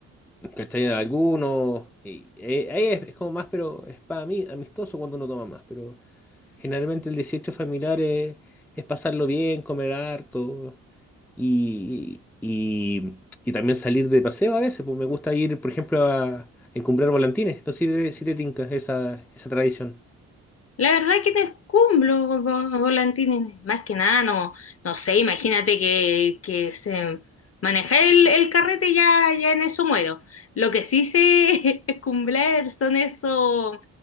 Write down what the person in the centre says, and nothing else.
¿cachai? A algunos. Y, eh, ahí es, es como más, pero es para mí amistoso cuando uno toma más. Pero generalmente el 18 familiar es, es pasarlo bien, comer harto y, y, y también salir de paseo a veces, pues me gusta ir, por ejemplo, a encumbrar volantines. No sé si te, si te tinca esa, esa tradición.